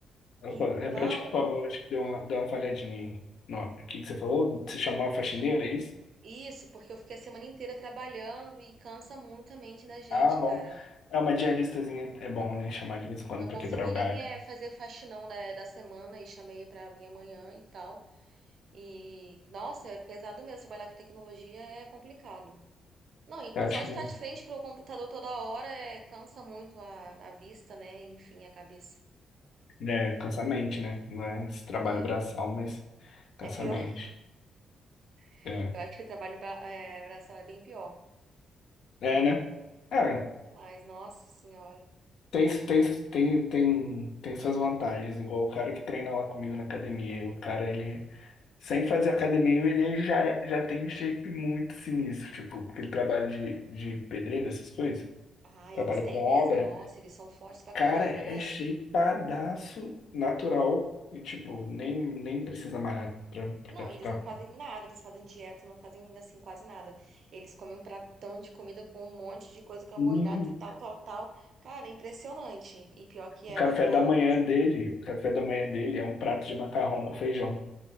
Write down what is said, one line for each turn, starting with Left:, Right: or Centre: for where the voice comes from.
Left: Opa,
Right: Então,
Left: repete, por favor, acho que deu uma, deu uma falhadinha aí. Não, o que que você falou? Se chamar uma faxineira, é isso?
Right: Isso, porque eu fiquei a semana inteira trabalhando e cansa muito a mente da gente,
Left: Ah, bom.
Right: cara.
Left: É uma diaristazinha, é bom, né? Chamar de vez em quando
Right: Não
Left: pra
Right: consegui
Left: quebrar o galho.
Right: nem eh, fazer faxinão, né, da semana e chamei pra vir amanhã e tal. E, nossa, é pesado mesmo. Trabalhar com tecnologia é complicado. Não, e
Left: Eu acho
Right: só
Left: que
Right: de
Left: não.
Right: estar de frente pro computador toda hora é, cansa muito a, a vista, né? Enfim, a cabeça.
Left: É, cansa a mente, né? Não é esse trabalho
Right: É,
Left: braçal, mas cansa
Right: é pior.
Left: a mente.
Right: <laughs>
Left: É,
Right: Eu acho que o trabalho bra- eh, braçal é bem pior.
Left: é, né? É,
Right: Muito mais, nossa senhora.
Left: tem, tem, tem, tem, tem suas vantagens. Igual o cara que treina lá comigo na academia. O cara, ele, sem fazer academia, ele já, é- já tem um shape muito sinistro, tipo, porque ele trabalha de, de pedreiro, essas coisas.
Right: Ah,
Left: Trabalha
Right: eles têm
Left: com obra.
Right: mesmo. Nossa, eles são fortes pra
Left: Cara,
Right: caramba,
Left: é
Right: né?
Left: shapeadaço natural. E, tipo, nem, nem precisa malhar pra,
Right: Não,
Left: pra
Right: e
Left: ficar.
Right: eles não fazem nada, eles não fazem dieta, não fazem assim quase nada. Eles comem um pratão de comida com um monte de coisa, carboidrato
Left: E
Right: e tal, tal, tal. Cara, é impressionante. E pior que
Left: o
Right: é
Left: café
Right: verdade
Left: da manhã
Right: mesmo.
Left: dele, o café da manhã dele é um prato de macarrão com feijão.